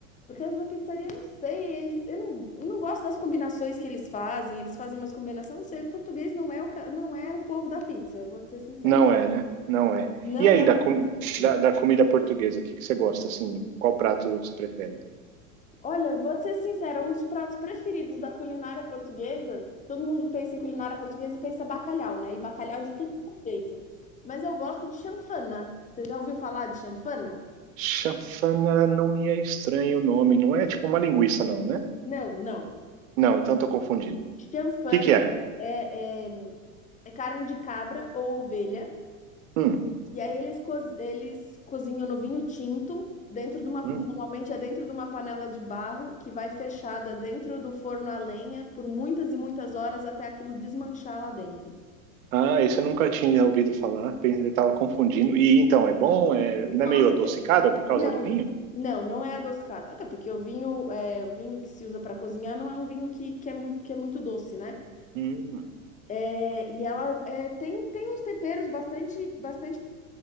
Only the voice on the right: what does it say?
Não é, né? Não é.
E aí,
da, com-
da, da comida portuguesa, o que que você gosta assim? Qual prato você prefere?
Chafana não me é estranho o nome. Não é tipo uma linguiça, não, né?
Não, então tô confundindo. O
que que é?
Hum,
hum.
Ah, esse eu nunca tinha ouvido falar. Pensei- Eu tava confundindo. E então, é bom? É,
não é meio adocicada por causa
do vinho?
Hum,